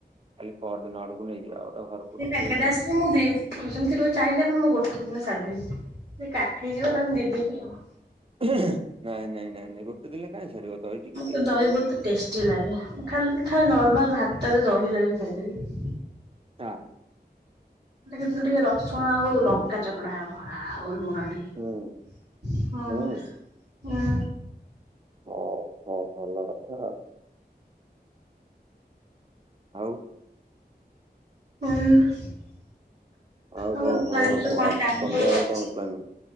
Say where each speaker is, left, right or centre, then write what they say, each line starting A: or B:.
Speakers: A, on the right; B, on the right.
A: କାଲି ପହରଦିନ ଆଡକୁ ନେଇଯିବା ଗୋଟା ଘରକୁ
B: ସେ
A: ରଖିଦେଇଥିବା।
B: ପ୍ୟାକେଟ ଆସେ ମୁଁ ଦିପ୍ ସେମିତି କହି ଚାହିଁଲେ ବି ମୁଁ ଗୋଟେ ଦିନେ ସାରିଦେବି ସେ କାଠେଇ ଯିବ ତାହେଲେ ଦି ଦିନ ଆଉ
A: ଏ ଏହେ ନାଇଁ ନାଇଁ ନାଇଁ ନାଇଁ ଗୋଟେ ଦିନ କାଇଁ ସାରିବ ଦଇ ଟିକେ
B: ମତେ
A: ଟିକେ
B: ଦହି
A: ଥାଉ ଆମ
B: ବହୁତ ଟେଷ୍ଟି ଲାଗେ ଖାଲ୍ ଖାଲ୍ ନର୍ମାଲ ଭାତରେ ଦହି ଲଗେଇ ଖାଇଦେବି
A: ତ
B: କିନ୍ତୁ ଟିକେ ରସୁଣ ଆଉ ଲଙ୍କା ଚକ ଡା ହେଵ ଆଉ ଲୁଣ ଟିକେ
A: ହୁଁ
B: ହଁ
A: ହୁଁ।
B: ହୁଁ
A: ହଉ ହଉ ଭଲ କଥା ଆଉ ଆଉ
B: ହଉଁ
A: ଆଉ
B: ହଉ
A: କଣ ଖବର
B: କଣି ତ
A: କୁହ
B: କଣ କାମ
A: ସନ୍ଧ୍ୟାବେଳେ
B: ହଉ ଚାଲିଛି
A: କଣ ପ୍ଲାନିଂ